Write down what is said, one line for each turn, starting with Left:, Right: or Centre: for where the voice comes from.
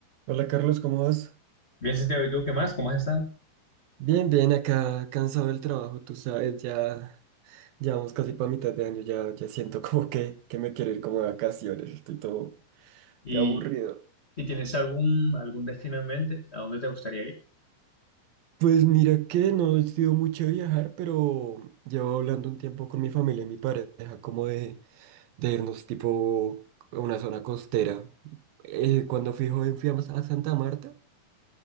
Right: Hola Carlos, ¿cómo vas?
Left: Bien, Santiago, ¿y tú qué más? ¿Cómo has estado?
Right: Bien, bien, acá cansado del trabajo, tú sabes, ya ya vamos casi para mitad de año, ya, ya siento <laughs> como que, que me quiero ir como de vacaciones, estoy todo
Left: ¿Y,
Right: ya aburrido.
Left: y tienes algún, algún destino en mente? ¿A dónde te gustaría ir?
Right: Pues mira que no he sido mucho de viajar, pero llevo hablando un tiempo con mi familia y mi pareja como de, de irnos tipo a una zona costera. Eh, cuando fui joven fui a, a Santa Marta,